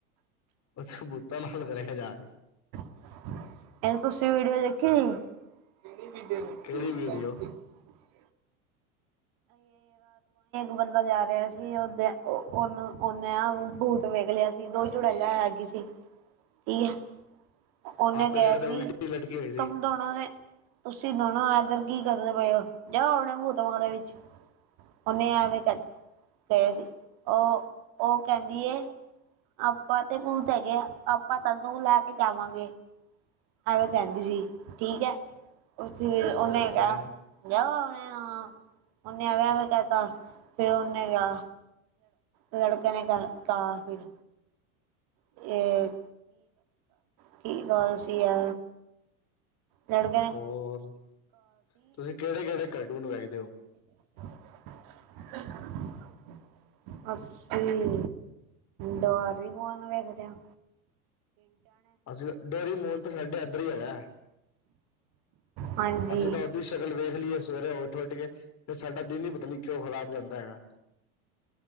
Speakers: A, on the left; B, on the right.
A: ਉੱਥੇ ਭੂਤਾਂ ਨਾਲ ਕਰੇਗਾ ਜਾ ਕੇ
B: ਇਹਨੂੰ ਤੁਸੀਂ ਵੀਡੀਓ ਦੇਖੀ <unintelligible>
A: ਕਿਹੜੀ ਵੀਡੀਓ
B: ਬੰਦਾ ਜਾ ਰਿਹਾ ਸੀ ਉਹਨੂੰ ਉਨੇ ਬੋਤ ਵੇਖ ਲਿਆ ਸੀ ਦੋ ਚੁੜੈਲਾ ਹੈਗੀ ਸੀ ਠੀਕ ਹੈ ਉਹਨੇ
A: ਆ
B: ਕਿਹਾ
A: ਪੇੜ
B: ਸੀ
A: ਤੇ ਉਲਟੀ ਲਟਕੀ ਹੋਈ ਸੀ
B: ਤੁਮ ਦੋਨੋ ਨੇ ਤੁਸੀ ਇਧਰ ਕੀ ਕਰਦੇ ਪਏ ਹੋ ਜਾਓ ਆਪਣੇ ਭੂਤ ਬੰਗਲੇ ਵਿਚ ਉਹਨੇ ਆਵੇ ਕਿਹਾ ਸੀ ਉਹ ਉਹ ਕਹਿੰਦੀ ਏ ਆਪਾਂ ਤੇ ਭੂਤ ਹੈਗੇ ਆ ਆਪਾਂ ਤਾਂ ਨੂੰ ਲੈ ਕੇ ਜਾਵਾਂਗੇ ਕਹਿੰਦੀ ਸੀ ਠੀਕ ਹ ਉਥੇ ਉਹਨੇ
A: ਉਹ
B: ਕਿਹਾ
A: ਫਿਰ
B: ਆਪਣੇ
A: <inaudible>
B: ਹਾਂ ਉਹਨੇ ਐਵੇ ਐਵੇ ਕਹਤਾ, ਫਿਰ ਉਹਨੇ ਕਿਹਾ, ਲੜਕੇ ਨੇ ਤਾਂ ਫਿਰ ਇਹ ਕੀ ਗੱਲ ਸੀ ਆ ਲੜ ਦੇ ਨ
A: ਹੋਰ ਤੁਸੀਂ ਕਿਹੜੇ ਕਿਹੜੇ ਕਾਰਟੂਨ ਵੇਖਦੇ ਹੋ
B: <unintelligible> ਅਸੀਂ ਡੇਅਰੀ ਮੋਨ ਵੇਖਦੇ ਹਾ।
A: ਅਸੀਂ ਡੇਰੀ ਮੋਹਨ ਤਾਂ ਸਾਡੇ ਇਧਰ ਹੀ ਆਇਆ
B: ਹਾਂਜੀ
A: ਅਸੀਂ ਤਾਂ ਉਦੀ ਸ਼ਕਲ ਵੇਖ ਲਈ ਉਰੇ ਉਠ ਉਠ ਕੇ ਤੇ ਸਾਡਾ ਦਿਨ ਹੀ ਪਤਾ ਨਹੀਂ ਕਿਉਂ ਖਰਾਬ ਜਾਂਦਾ ਹੈਗਾ